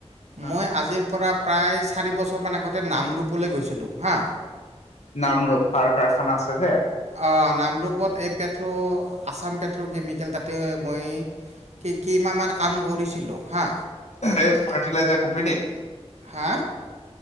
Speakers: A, on the left (about 80°); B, on the right (about 80°).
A: অ
B: মই আজিৰ পৰা প্ৰায়, চাৰি বছৰমান আগতে নামৰূপলে গৈছিলোঁ হা
A: নামৰূপ, সাৰ কাৰখানা আছে যে।
B: অ', নামৰূপত এই পেট্ৰ' আছাম পেট্ৰ'কেমিকেল তাতে মই, কেই- কেইমাহমান কাম কৰিছিলোঁ হা
A: এই ফাৰ্টিলাইজাৰ কোম্পানীত।
B: হা?